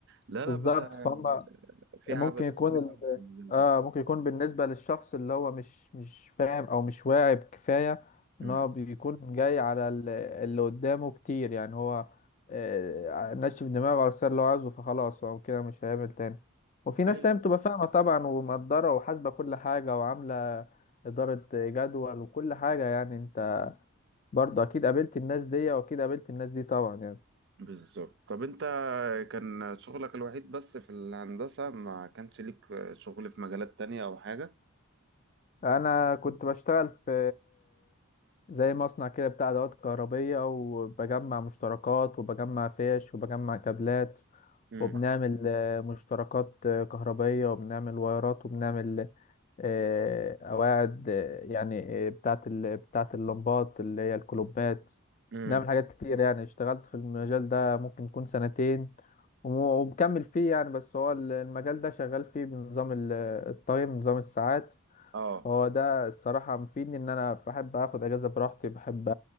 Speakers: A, on the right; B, on the left.
A: لا
B: بالظبط
A: لا بدأ
B: فهم
A: في
B: ممكن
A: عبث
B: يكون
A: كبير
B: ال...
A: قوي في المجال
B: اه
A: ده
B: ممكن يكون بالنسبة للشخص اللي هو مش مش فاهم او مش واعي بكفاية ان
A: امم
B: هو بيكون جاي على ال- اللي قدامه كتير يعني هو آه ناشف دماغه على السر اللي هو عاوزه فخلاص هو كده مش هيعمل تاني وفي ناس
A: ايوه
B: تانية بتبقى فاهمة طبعا ومقدرة وحاسبة كل حاجة وعاملة إدارة جدول وكل حاجة يعني انت برضه اكيد قابلت الناس دي واكيد قابلت الناس دي طبعا يعني
A: بالظبط طب انت كان شغلك الوحيد بس في الهندسة ما كانش ليك شغل في مجالات تانية او حاجة
B: انا كنت بشتغل في زي مصنع كده بتاع ادوات كهربية وبجمع مشتركات وبجمع فيش وبجمع كابلات
A: امم
B: وبنعمل آه، مشتركات آه، كهربية وبنعمل وايرات وبنعمل آه، قواعد آه، يعني آه، بتاعة ال- بتاعة اللمبات اللي هي الكلوبات
A: امم
B: نعمل حاجات كتير يعني اشتغلت في المجال ده ممكن يكون سنتين وم- ومكمل فيه يعني بس هو ال- المجال ده شغال فيه بنظام ال- التايم نظام الساعات
A: اه
B: هو ده الصراحة مفيدني إن أنا بحب آخد أجازة براحتي بحب